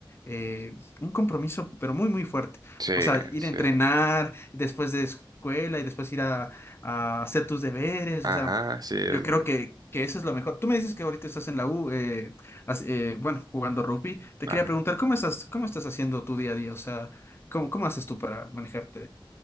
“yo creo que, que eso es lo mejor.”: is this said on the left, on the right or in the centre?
Left